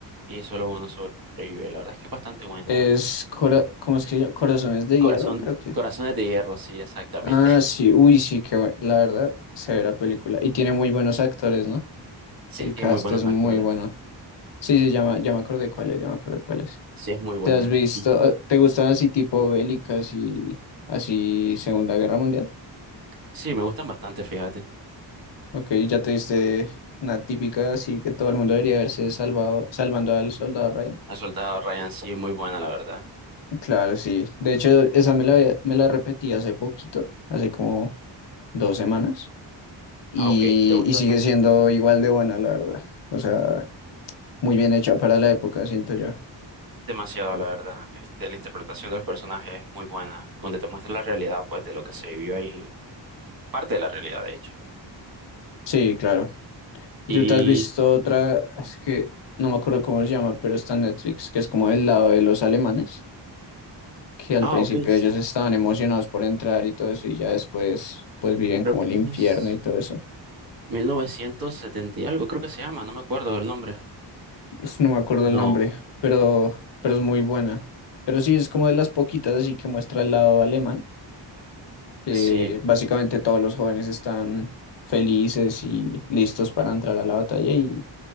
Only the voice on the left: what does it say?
Es Cora- ¿cómo es que se llama? Corazones de
Hierro, creo que.
Ah,
sí, uy, sí, qué bueno. La verdad, severa película. Y tiene muy buenos actores, ¿no?
El cast
es
muy bueno. Sí, sí, ya me, ya me acordé cuál es, ya me acordé cuál es.
¿Te has visto?
eh, ¿Te gustan así tipo bélicas y así Segunda Guerra Mundial?
Ok, ya te diste una típica, así que todo el mundo debería haberse salvado, salvando al soldado Ryan.
Claro, sí. De hecho, esa me la, había- me la repetí hace poquito, hace como dos semanas, y,
y sigue
siendo igual de buena, la verdad. O sea, muy bien hecha para la época, siento yo.
Sí, claro. ¿Y
tú te has visto otra? Es que no me acuerdo cómo se llama, pero está en Netflix, que es como del lado de los alemanes. que al
principio
ellos estaban emocionados por entrar y todo eso, y ya después pues viven
como
el infierno
y todo eso.
Uf, No me acuerdo
el nombre, pero, pero es muy buena. Pero sí, es como de las poquitas así que muestra el lado alemán, que
básicamente todos los jóvenes están felices y listos para entrar a la batalla y,